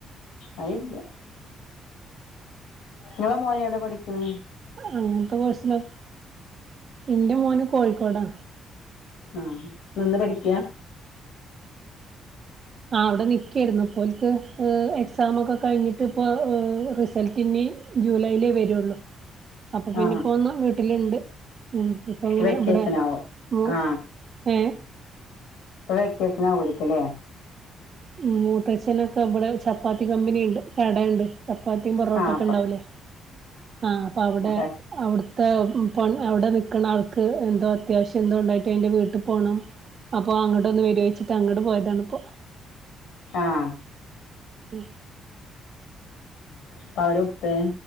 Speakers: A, on the left (about 85°); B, on the right (about 40°).
A: അയില്ല നിങ്ങളെ മോനെവിടെ പഠിക്കണ്
B: അങ്ങനത്തെ കോഴസിലോ ഇന്റെ മോന് കോഴിക്കോടാ
A: ആഹ് നിന്ന് പഠിക്ക്യ
B: ആ അവിടെ നിക്കാരുന്നു ഓല്ക്ക് ഏഹ് എക്സാം ഒക്കെ കഴിഞ്ഞിട്ട് ഇപ്പോ ഏഹ് റിസൾട്ട് ഇനി ജൂലൈയിലേ വരുള്ളു അപ്പൊ
A: ആ
B: പിന്നെ പോന്ന വീട്ടിലുണ്ട് ഉ ഇപ്പ അങ്ങനെ
A: വെക്കേഷൻ
B: ഇവിടെ
A: ആവും
B: മ
A: ആ
B: ഏ
A: ഇപ്പൊ വെക്കേഷൻ കുളിക്കലേ
B: ഉ മൂത്തച്ഛനൊക്കെ ഇവിടെ ചപ്പാത്തി കമ്പനിയ ഉണ്ട് കടയുണ്ട് ചപ്പാത്തിയും പൊറോട്ടൊക്കെ
A: ആ അപ്പൊ
B: ഉണ്ടാവില്ലേ ആ അവിടെ
A: അപ്പൊ
B: അവിടു അവിടെ നിക്കുന്ന ആൾക്ക് എന്തോ അത്യാവശ്യം എന്തോ ഉണ്ടായിട്ട് അന്റെ വീട്ടിൽ പോണം അപ്പൊ അങ്ങോട്ട് ഒന്ന് വരുവെച്ച അങ്ങോട്ട് പോയതാണ്പ്പോ
A: ആഹ
B: ഉമം
A: അപ്പ അവരു ഉപ്പേ